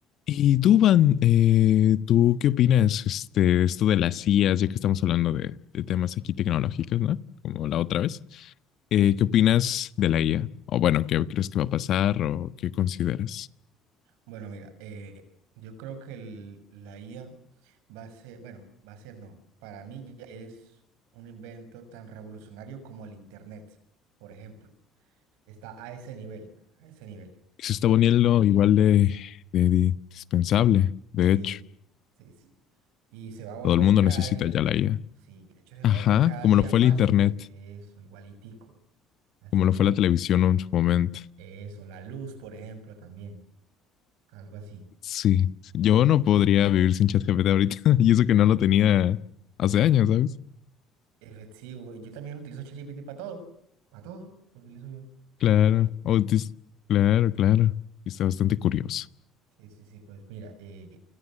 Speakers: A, on the left (about 60°); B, on the right (about 80°).
A: Y tú, Van, eh, ¿tú qué opinas este, de esto de las IAs, ya que estamos hablando de, de temas aquí tecnológicos, ¿no? Como la otra vez. Eh, ¿qué opinas de la IA? O bueno, ¿qué crees que va a pasar o qué consideras?
B: Bueno, mira, eh, yo creo que el- la IA va a ser, bueno, va a ser no, para mí ya es un invento tan revolucionario como el Internet, por ejemplo. Está a ese nivel, a ese nivel.
A: Se está poniendo igual de, de, de indispensable, de
B: Sí,
A: hecho.
B: sí, sí. Y se va a volver
A: Todo el mundo
B: cada
A: necesita
B: día.
A: ya la IA.
B: Sí, de hecho se
A: Ajá,
B: va a volver cada
A: como
B: día
A: lo fue
B: más
A: el Internet,
B: indes- eso, igualitico. Así
A: como
B: como
A: lo fue la
B: lo-
A: televisión en su momento.
B: eso, la luz, por ejemplo, también, algo así.
A: Sí, sí, yo no podría vivir sin ChatGPT ahorita <laughs> y eso que no lo tenía hace años, ¿sabes?
B: Efectivo. Yo también utilizo ChatGPT para todo. Para todo lo utilizo yo. ChatGPT.
A: Claro, Otis, claro, claro. Y Está bastante curioso.
B: Sí, sí, sí. Pues mira, eh,